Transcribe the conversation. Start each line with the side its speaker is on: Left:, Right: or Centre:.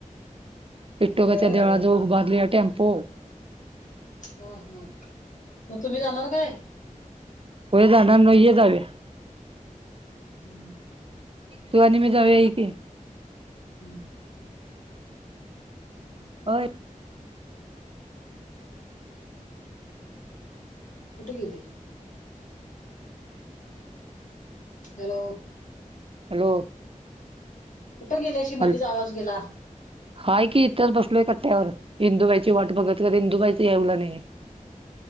Right: पिट्टोकाच्या
Left: आल्या व्हय गाड्या
Right: देळाजवळ उभारली या टेम्पो
Left: ह ह मग तुम्ही जाणार काय.
Right: होय जाणार नये जावे.
Left: हम्म.
Right: तू आ मी जाऊ याई की
Left: हम्म. हम्.
Right: होय
Left: हो. कुठे गेले. हॅलो!
Right: हॅलो!
Left: कुठं गेल्याशी मधीच
Right: हॅलो
Left: आवाज गेला.
Right: हाय की इथंच बसलोय कट्ट्यावर हिंदूबाईची वाट बघत का इिंदूबाईच यावला नाही.